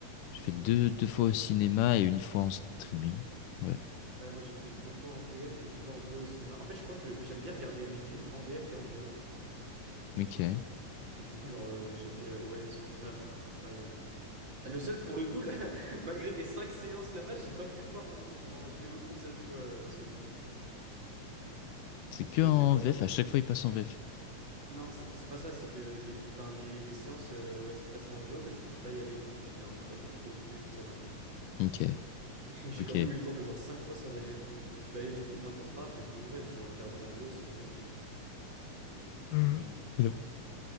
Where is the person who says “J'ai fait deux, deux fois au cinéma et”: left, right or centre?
Left